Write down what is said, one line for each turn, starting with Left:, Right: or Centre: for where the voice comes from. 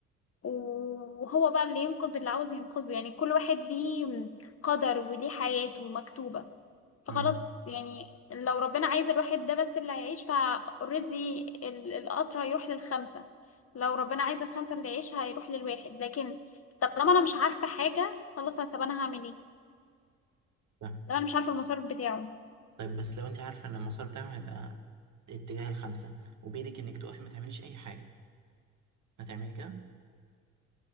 Left: وهو بقى اللي ينقذ اللي عاوز ينقذه يعني كل واحد ليه قدر وليه حياته مكتوبة فخلاص
Right: مم.
Left: يعني لو ربنا عايز الواحد ده بس اللي هيعيش فاوريدي القطر هيروح للخمسة لو ربنا عايز الخمسة اللي يعيش هيروح للواحد لكن طالما انا مش عارفة حاجة خلاص طب انا هعمل ايه؟
Right: مم.
Left: طب انا مش عارفة المسار بتاعه
Right: طيب بس لو انت عارفة ان المسار بتاعه هيبقى اتجاه الخمسة وبإيدك انك توقفي ما تعمليش أي حاجة هتعملي كده